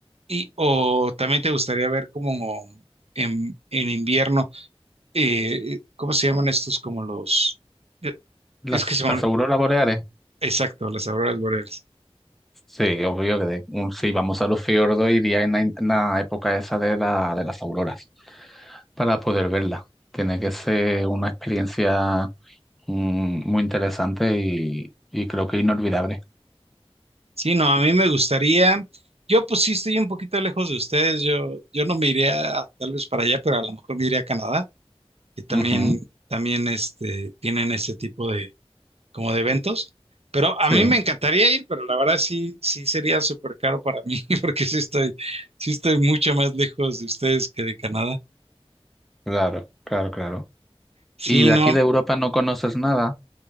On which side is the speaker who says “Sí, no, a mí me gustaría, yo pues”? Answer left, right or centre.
Right